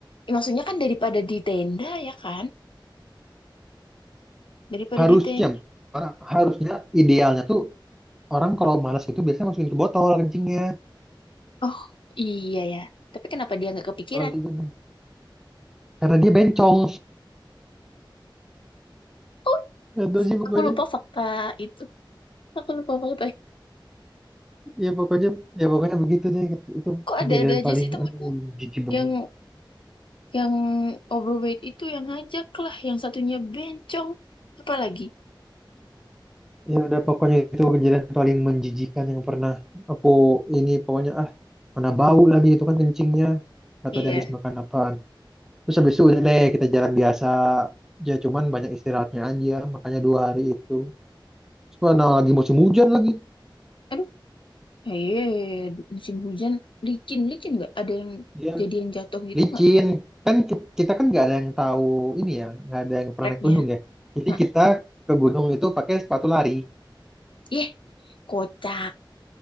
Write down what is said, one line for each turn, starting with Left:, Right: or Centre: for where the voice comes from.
Left: Ya, maksudnya kan daripada di tenda ya kan? Daripada
Centre: harusnya
Left: di tenda.
Centre: harusnya idealnya tuh orang kalau malas itu biasanya masukin ke botol kencingnya
Left: Oh iya ya. Tapi kenapa dia nggak kepikiran?
Centre: Kalau di gunung. karena dia bencong
Left: Oh,
Centre: <laughs> itu sih pokoknya
Left: aku lupa fakta itu. Aku lupa fakta
Centre: ya pokoknya ya pokoknya begitu deh itu
Left: Kok
Centre: kejadian
Left: ada-ada aja
Centre: paling
Left: sih temenmu
Centre: aduh jijik banget
Left: yang yang overweight itu yang ngajak lah, yang satunya bencong. Apalagi?
Centre: ya udah pokoknya itu kejadian paling menjijikan yang pernah aku ini pokoknya ah mana bau lagi itu kan kencingnya atau
Left: Iya.
Centre: dia habis makan apa Terus habis itu udah deh kita jalan biasa. Ya cuman banyak istirahatnya aja, makanya dua hari itu. Terus mana lagi musim hujan lagi,
Left: Aduh, iya, musim hujan licin-licin nggak? Ada yang
Centre: dia
Left: jadian jatuh gitu
Centre: licin.
Left: nggak
Centre: Kan ki- kita kan nggak ada yang tahu ini ya, nggak ada yang pernah
Left: treknya?
Centre: naik gunung ya. Jadi
Left: Hah.
Centre: kita ke gunung itu pakai sepatu lari,
Left: Yeh, kocak.